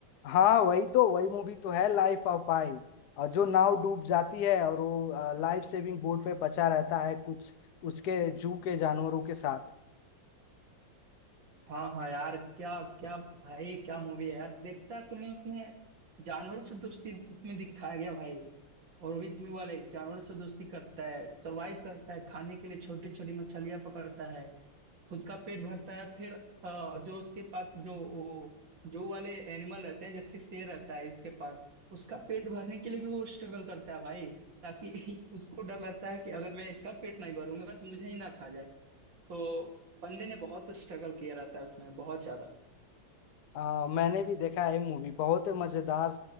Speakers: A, on the left; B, on the right.
A: हाँ वही तो वही मूवी तो है लाइफ ऑफ पाई और जो नाव डूब जाती है और वो लाइफ सेविंग बोट पे बचा रहता है कुछ उसके जू के जानवरों के साथ
B: हाँ हाँ यार क्या क्या भाई क्या मूवी है यार देखता है तुम्हें उसमें जानवर से दोस्ती उसमें दिखाया गया भाई और वो भी जू वाले जानवर से दोस्ती करता है सरवाइव करता है खाने के लिए छोटी छोटी मछलियां पकड़ता है खुद का पेट भरता है फिर अ, जो उसके पास जो वो जो वाले एनिमल रहते हैं जैसे शेर रहता है इसके पास उसका पेट भरने के लिए भी वो स्ट्रगल करता है भाई ताकि <laughs> उसको डर लगता है कि अगर मैं इसका पेट नहीं भरूंगा तो मुझे ही ना खा जाए तो बंदे ने बहुत स्ट्रगल किया रहता है उसमें बहुत ज्यादा
A: आ, मैंने भी देखा है मूवी बहुत मजेदार